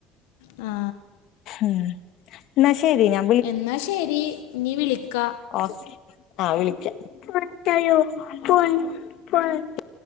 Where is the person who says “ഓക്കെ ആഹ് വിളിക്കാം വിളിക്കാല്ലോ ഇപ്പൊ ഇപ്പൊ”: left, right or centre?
Left